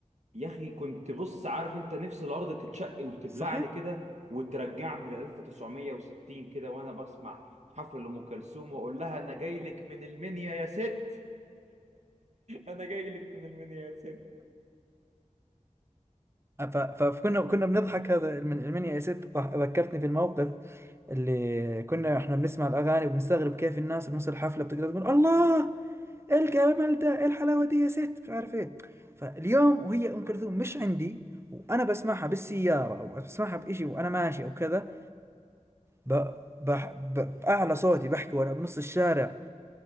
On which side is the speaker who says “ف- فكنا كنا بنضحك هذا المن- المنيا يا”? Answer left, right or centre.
Right